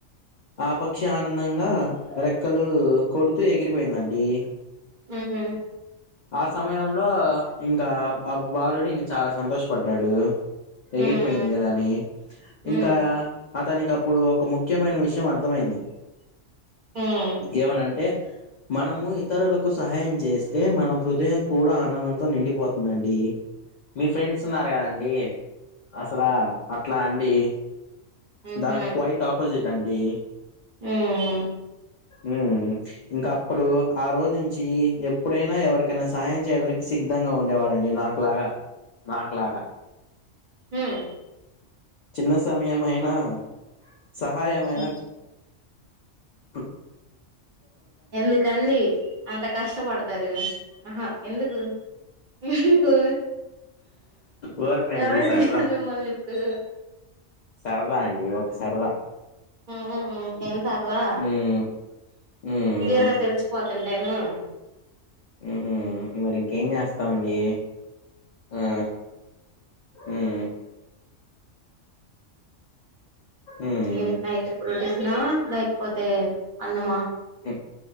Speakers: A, on the left; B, on the right.
A: ఆ పక్షి ఆనందంగా రెక్ క్కలు కొడుతూ ఎగిరిపోయిందండి
B: మ్మ్
A: ఆ సమయంలో ఇంక ఆ బాలుడు ఇంగ చాలా సంతోషపడ్డాడు ఎగిరిపోయింది
B: మ్మ్ మ్మ్
A: గదా అని
B: మ్మ్
A: ఇంకా
B: మ్మ్
A: అతనికి అప్పుడు ఒక ముఖ్యమైన విషయం అర్థమైంది
B: మ్మ్
A: ఏమని అంటే మనము ఇతరులకు సహాయం చేస్తే మన హృదయం కూడా ఆనందంతో నిండిపోతుందండి మీ ఫ్రెండ్స్ ఉన్నారు గదండి అసలా ఇట్లా అండి
B: మ్మ్
A: దానికి కువైట్ ఆపోజిట్ అండి
B: మ్మ్
A: ఉ ఇంక అప్పుడు ఆ రోజు నుంచి ఎప్పుడైనా ఎవరికైనా సహాయం చేయడానికి సిద్ధంగా ఉండేవాడు అండి నాకు లాగా నాకులాగా
B: మ్మ్
A: చిన్న సమయం అయినా సహాయమైన
B: మ్మ్
A: హు
B: ఎందుకండి అంత కష్టబడతారు ఆహా ఎందుకు ఎందుకు
A: ఊరకనే
B: ఎవరు
A: అండి
B: అడిగారు
A: సరదా
B: మిమ్మల్ని ఇప్పుడు
A: సరదా అండి ఒక సరదా
B: హు ఏం సరదా
A: ఉమ్ ఉమ్
B: క్లియర్ గా తెలిసిపోద్ ఉంటేను
A: ఉహూ హూ మరి ఇంకేం చేస్తామండి హూ ఉ ఉమ్
B: ఏం అయితే ఫూడీస్ నా లాక్ పోతే అన్నమ
A: ఉమ్